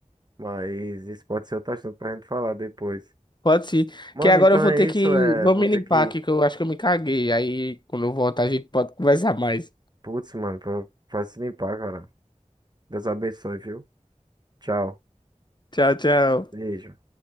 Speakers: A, on the right; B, on the left.
A: mas isso pode ser outro assunto pra gente falar depois.
B: Pode ser.
A: Mano,
B: Que agora
A: então
B: eu vou
A: é
B: ter
A: isso,
B: que.
A: é.
B: Vou
A: Vou
B: me
A: ter
B: limpar
A: que.
B: aqui, que eu acho que eu me caguei. Aí quando eu voltar a gente pode conversar mais.
A: Putz, mano, pra- vai se limpar, cara. Deus abençoe, viu? Tchau.
B: Tchau, tchau.
A: Beijo.